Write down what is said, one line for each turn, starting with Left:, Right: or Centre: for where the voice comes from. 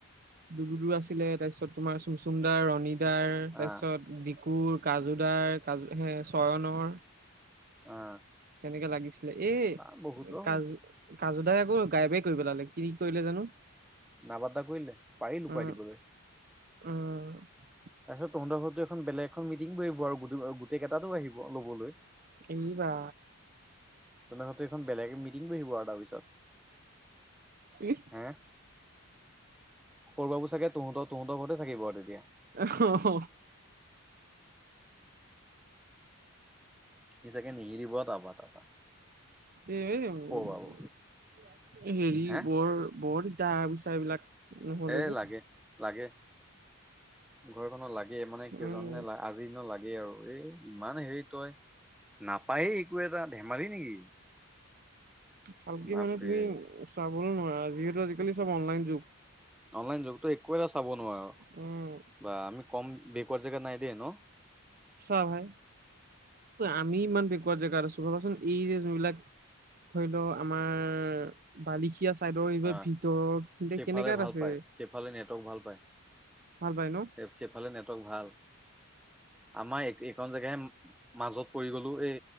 Right: দু দূৰ আছিল ছিলে তাৰ পিছত তোমাৰ চুমচুমদাৰ ৰণীদাৰ তাৰপিছত
Centre: আহ
Right: ডিকুৰ কাজু দাৰ কাজু হে চয়নৰ
Centre: আহ
Right: তেনেকে লাগিছিলে এই
Centre: বা বহুতৰ
Right: কাজ
Centre: হ'ল।
Right: কাজু দাই আকৌ গায়েৱবে কৰি পেলালে কি কৰিলে জানো
Centre: নাপাট্টা কৰি দিলে পাৰি লুকুৱাই
Right: উম
Centre: দিবলৈ
Right: উম
Centre: তাৰপিছত তহঁতৰ ঘৰতো যে এখন বেলেগ এখন মিটিং কৰিব আৰু গোটেই গোটেই কেইটাতো আহিব লবলৈ
Right: এই বা
Centre: তোৰ লগতে এখন বেলেগে মিটিং কৰিব আৰু তাৰ পিছত
Right: এই
Centre: হে সৰু বাবু চাগে তহঁতৰ তুহঁতৰ ঘৰতে থাকিব আৰু তেতিয়া
Right: হ হ
Centre: সি চাগে নিসিলিব তাৰপা তাৰপা
Right: এ এই
Centre: সৰু বাবু
Right: হেৰি
Centre: হে
Right: বৰ বৰ তাৰ পিছত এইবিলাক নহ'লে
Centre: এ
Right: যে
Centre: লাগে লাগে ঘৰখনত লাগে। লাগে মানে কিয়
Right: উম
Centre: জনে আজিনো লাগে আৰু এই ইমান হেৰি তই নাপায়েই একো এটা ধেমালি নেকি
Right: ভালকে
Centre: বাপৰে
Right: মানে তুমি চাবলৈ নোৱাৰা যিহেতু আজিকালি চব অনলাইন যুগ।
Centre: অনলাইন যুগতো একো এটা চাব নোৱাৰো
Right: উম
Centre: বা আমি কম বেকৱাৰ জেগাত নাই দিয়ে ন।
Right: চাহ ভাই আমি ইমান বেকোৱাৰ জেগা আছো ভাবাচোন এই যে যোনবিলাক ধৰি লও আমাৰ বালি এতিয়া চাইডৰ এইবাৰ
Centre: অ
Right: ভিতৰৰতে
Centre: সেইফালে
Right: কেনেকাত
Centre: ভাল
Right: আছে।
Centre: পায় সেইফালে নেটৱৰ্ক ভাল পায়
Right: ভাল পাই ন
Centre: সেইফালে নেটৱৰ্ক ভাল। আমাৰ এইখন জেগাইে মাজত পৰি গলো এই